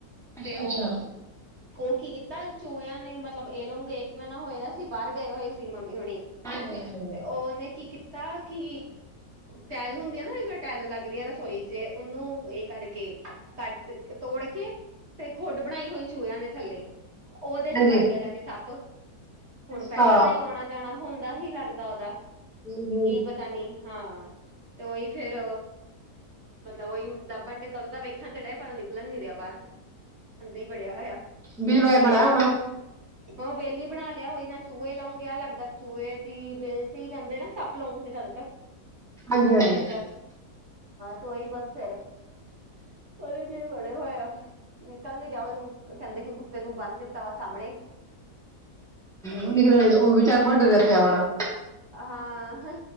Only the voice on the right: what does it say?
ਤੇ ਉਹ
ਉਹ ਕੀ ਕੀਤਾ ਚੂਹਿਆਂ ਨੇ ਮਤਲਬ ਇਹ ਲੋਂਗੇ ਮੈਂ ਨਾ ਹੋਇਆ ਸੀ ਬਾਰ ਗਏ ਹੋਏ ਸੀ ਮੰਮੀ ਹੁਣੀ
ਤੇ ਉਨੇ ਕੀ ਤਾਂ ਕਿ ਟੈਲ ਹੁੰਦੀ ਆ ਨਾ ਜਿਸਦੋਂ ਟੈਲ ਲੱਗਦੀ ਏ ਰਸੋਈ ਚ਼ ਉਹਨੂੰ ਇਹ ਕਰਕੇ ਕੱਟ ਤੋੜ ਕੇ ਤੇ ਖੁੱਡ ਬਣਾਈ ਹੋਈ ਚੂਹਿਆਂ ਨੇ ਥੱਲੇ। ਉਦੇ ਚ
ਵੜ ਗਿਆ ਜਾ ਕੇ ਸੱਪ, ਹੁਣ
ਪਹਿਲਾਂ ਦਾ ਹੀ ਆਉਣਾ ਜਾਣਾ ਹੁੰਦਾ ਹੀ ਲੱਗਦਾ ਉਹਦਾ
ਕੀ ਪਤ ਤਾ ਨੀ ਹਾਂ, ਤੇ ਉਹੀ ਫੇਰ ਮਤਲਬ ਉਹੀ ਲੱਭਣ ਡ ਕਦੋਂ, ਤਾਂ ਵੇਖਣ ਤੇ ਢਏ ਪਰ ਉਹ ਨਿਕਲਣ ਨ ਰਿਹਾ ਬਾਰ ਅੰਦਰ ਹੀ ਬੜਿਆ ਹੋਇਆ ਹਮ।
ਹੂੰ, ਬਿਲ ਬਣਾ ਲਿਆ ਹੋਈ ਨਾ ਚੂਹੇ ਲਾ ਗਿਆ ਲੱਗਦਾ ਚੂਹੇ ਦੀ ਬਿਲ ਚ ਹੀ ਰੇਨਦੇ ਨਾ ਸੱਪ ਲੌਂਗ ਤੇ ਜ਼ਿਆਦਾਤਰ
ਅਧਿਕਤਰ ਤੁੰਹੀ ਬਸ ਫਿਰ ਉਹਦੇ ਚ ਹੀ ਬੜੇ ਹੋਏ ਆ। ਨਿਕਲ ਨੀ ਰਿਹਾ, ਉਹਈ ਕਹਿੰਦੇ ਕਿ ਕੁੱਤੇ ਨੂੰ ਬੰਨ ਦਿੱਤਾ ਵਾ ਸਾਹਮਣੇ। ਤੇ
ਹਾਂ।